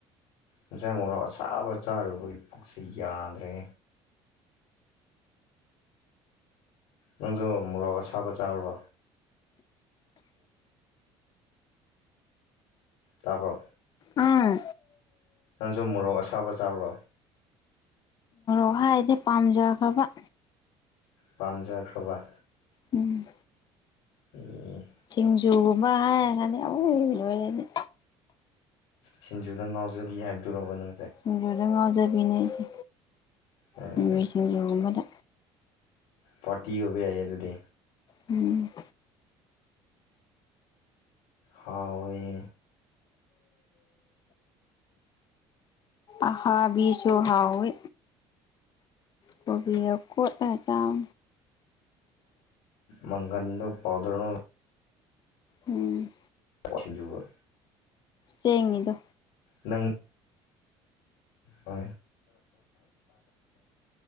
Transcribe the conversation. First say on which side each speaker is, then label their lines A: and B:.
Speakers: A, on the left (about 85°); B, on the left (about 45°).
A: ꯉꯥꯁꯥꯏ ꯃꯣꯔ‌ꯣꯛ ꯑꯁꯥꯕ ꯆꯥꯔꯨꯕꯒꯤ ꯄꯨꯛꯁꯤ ꯌꯥꯗ꯭ꯔꯦ ꯅꯪꯁꯨ ꯃꯣꯔꯣꯛ ꯑꯁꯥꯕ ꯆꯥꯔꯨꯕ ꯇꯥꯕ꯭ꯔꯣ
B: ꯑꯥ
A: ꯅꯪꯁꯨ ꯃꯣꯔꯣꯛ ꯑꯁꯥꯕ ꯆꯥꯕ꯭ꯔꯣ
B: ꯍꯣꯏ ꯑꯩꯗꯤ ꯄꯥꯝꯖꯕꯒ
A: ꯄꯥꯝꯖꯈ꯭ꯔꯕ
B: ꯎꯝ
A: ꯑꯝ
B: ꯁꯤꯡꯖꯨꯒꯨꯝꯕ ꯍꯥꯏꯔꯒꯗꯤ ꯎ ꯂꯣꯏꯔꯦ ꯑꯩꯗꯤ
A: ꯁꯤꯡꯖꯨꯗ ꯉꯥꯎꯖꯕꯤ ꯍꯥꯏꯕꯗꯨꯔꯣ ꯅꯪꯁꯦ
B: ꯁꯤꯡꯖꯨꯗ ꯉ ꯥꯎꯖꯕꯤꯅꯤ ꯑꯩꯁꯤ
A: ꯑꯦ
B: ꯃꯤꯃꯤ ꯁꯤꯡꯖꯨꯒꯨꯝꯕꯗ
A: ꯄꯥꯔꯠꯇꯤ ꯑꯣꯏꯕ ꯌꯥꯏꯌꯦ ꯑꯗꯨꯗꯤ
B: ꯑꯝ
A: ꯍꯥꯎꯅꯤ
B: ꯑꯍꯥꯕꯤꯁꯨ ꯍꯥꯎꯏ ꯀꯣꯕꯤꯒ ꯀꯣꯠꯂ ꯆꯥꯎ
A: ꯃꯪꯒꯟꯗꯨ ꯄꯥꯎꯗꯔ
B: ꯑꯝ
A: ꯨ <unintelligible> ꯖꯨꯕ
B: ꯆꯦꯡꯅꯤꯗ
A: ꯅꯪ ꯍꯣꯏ